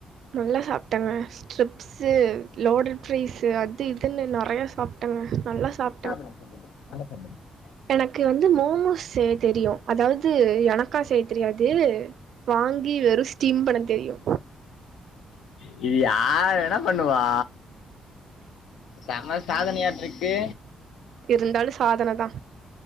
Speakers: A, on the right; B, on the left.
A: நல்லா சாப்ட்டேங்க ஸ்ட்ரிப் சு லோடேட் பிரைஸ்சு அது இதுன்னு நெறையா சாப்டேங்க நல்லா சாப்
B: <inaudible>
A: எனக்கு வந்து மோமோஸ் செய்ய தெரியு அதாவது எனக் க்கா செய்ய தெரியாது வாங்கி வெறும் ஸ்டீம் பண்ண தெரியு
B: இது யார் வேண்ணா பண்ணுவா செம சாதனையாட்டிர்க்கு
A: இருந்தாலு சாதனதா